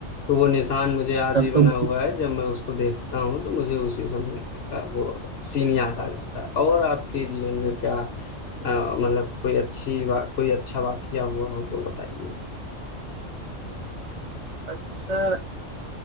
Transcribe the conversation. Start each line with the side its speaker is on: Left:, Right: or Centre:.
Left: तो वो निशान मुझे आज
Right: तब
Left: भी बना
Right: तो
Left: हुआ है जब मैं उसको देखता हूँ तो मुझे उसी समय का वो सीन याद आ जाता है और आपके जीवन में क्या अ, मतलब कोई अच्छी वा, कोई अच्छा वाकया हुआ हो तो बताइए
Right: अच्छा